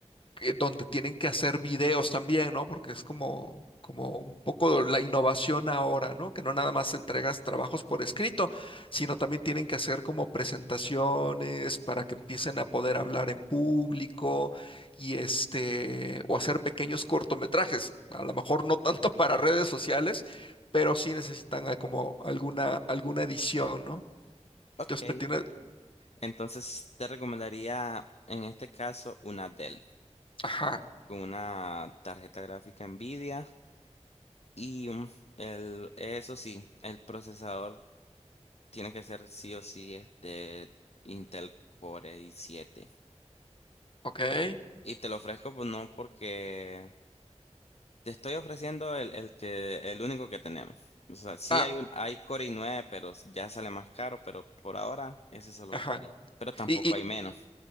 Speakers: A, on the left (about 45°); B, on the left (about 60°).
A: eh, donde tienen que hacer videos también, ¿no? Porque es como, como un poco la innovación ahora, ¿no? Que no nada más entregas trabajos por escrito, sino también tienen que hacer como presentaciones para que empiecen a poder hablar en público y este, o hacer pequeños cortometrajes, a lo mejor no tanto <laughs> para redes sociales, pero sí necesitan ah, como alguna, alguna edición, ¿no?
B: ok.
A: Entonces, pues, tiene-
B: Entonces te recomendaría en este caso una Dell
A: ajá,
B: con una tarjeta gráfica Nvidia y un- el, eso sí, el procesador Tiene que ser sí o sí este Intel Core i7.
A: ok.
B: Y te lo ofrezco, pues no, porque te estoy ofreciendo el, el que, el único que tenemos. O sea, sí
A: Ah,
B: hay un, hay Core i9, pero ya sale más caro, pero por ahora es eso lo
A: ajá.
B: que hay. Pero tampoco
A: Y, y-
B: hay menos.